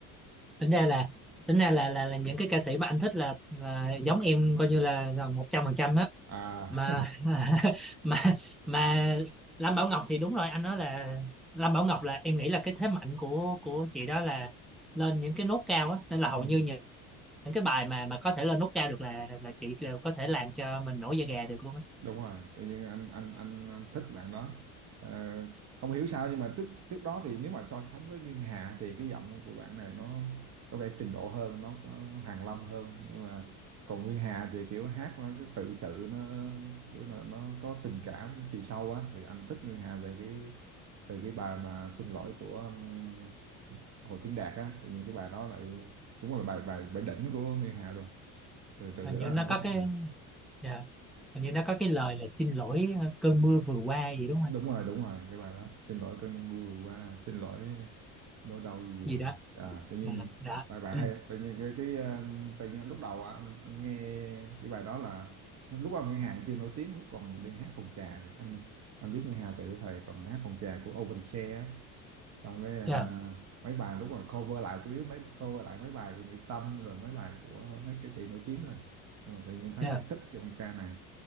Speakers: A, in the centre; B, on the right.
A: tính ra là tính ra là là, là những cái ca sĩ mà anh thích là, là giống em coi như là gần một trăm phần trăm
B: à
A: mà <laughs> mà mà Lam Bảo Ngọc thì đúng rồi anh nói là Lam Bảo Ngọc là em nghĩ là cái thế mạnh của của chị đó là lên những cái nốt cao á nên là
B: <laughs>
A: hầu
B: ừ.
A: như những những cái bài mà mà có thể lên nốt cao được là là chị đều có thể làm cho mình nổi da gà được luôn á
B: đúng rồi tự nhiên anh anh anh, anh thích bạn đó Ờ, không hiểu sao nhưng mà trước trước đó thì nếu mà so sánh với Nguyên Hà thì cái giọng của bạn này nó có vẻ trình độ hơn nó có hàn lâm hơn nhưng mà còn Nguyên Hà thì kiểu hát nó cứ tự sự nó kiểu là nó có tình cảm chiều sâu á thì anh thích Nguyên Hà về cái từ cái bài mà xin lỗi của um, Hồ Tiến Đạt á tự nhiên cái bài đó lại đúng là bài bài bài đỉnh của Nguyên Hà luôn từ từ
A: hình
B: cái
A: như
B: đó
A: nó
B: anh thích
A: có cái
B: à.
A: dạ, hình như nó có cái lời là xin lỗi ờ, cơn mưa vừa qua gì đúng không anh?
B: đúng rồi đúng rồi cái bài đó xin lỗi cơn mưa vừa qua xin lỗi nỗi đau gì
A: gì đó
B: à tự nhiên
A: Ừ, đó
B: bài bài
A: ừ,
B: hay tự nhiên cái cái um, tự nhiên lúc đầu á, anh, anh nghe cái bài đó là lúc đầu Nguyên Hà chưa nổi tiếng lúc còn đi hát phòng trà kìa. anh anh biết Nguyên Hà từ cái thời còn hát phòng trà của Open Share á. xong cái à,
A: dạ
B: mấy bài lúc mà cover lại chủ yếu mấy cover lại mấy bài của Mỹ Tâm rồi mấy bài của mấy ca sĩ nổi tiếng thôi nhưng mà tự nhiên thấy
A: dạ
B: là thích cái bài ca này